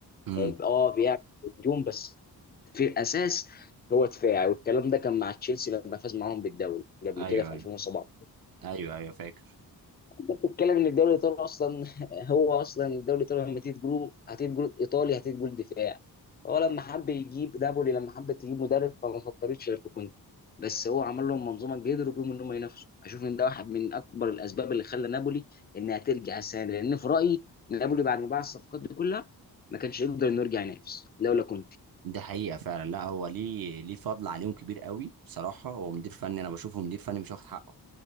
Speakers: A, on the right; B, on the left.
A: امم
B: يعني اه بيعمل هجوم بس في الاساس هو دفاعي والكلام ده كان مع تشيلسي لما فاز معاهم بالدوري قبل
A: ايوه
B: كده في
A: ايوه
B: 2017
A: ايوه ايوه فاكر
B: بتتكلم ان الدوري الايطالي اصلا <laughs> هو اصلا الدوري الايطالي لما تيجي تقول هتيجي تقول ايطالي هتيجي تقول دفاع هو لما حب يجيب نابولي لما حب تجيب مدرب فما فكرتش في كونتي بس هو عمل لهم منظومه قدروا بيهم ان هم ينافسوا اشوف ان ده واحد من اكبر الاسباب اللي خلى نابولي انها ترجع السنه دي لان في رايي نابولي بعد ما باع الصفقات دي كلها ما كانش يقدر انه يرجع ينافس لولا كونتي
A: دي حقيقه فعلا لا هو ليه ليه فضل عليهم كبير قوي بصراحه هو مدير فني انا بشوفه مدير فني مش واخد حقه